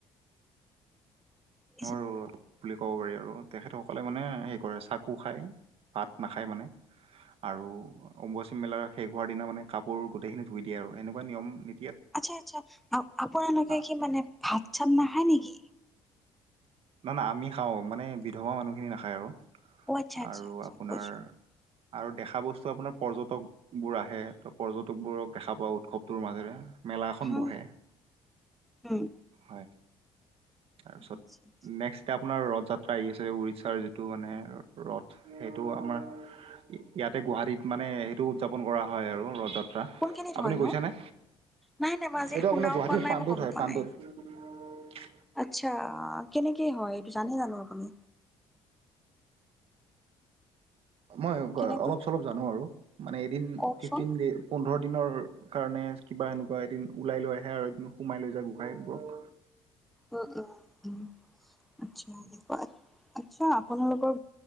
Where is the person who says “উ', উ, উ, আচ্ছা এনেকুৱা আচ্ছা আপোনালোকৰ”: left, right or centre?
Centre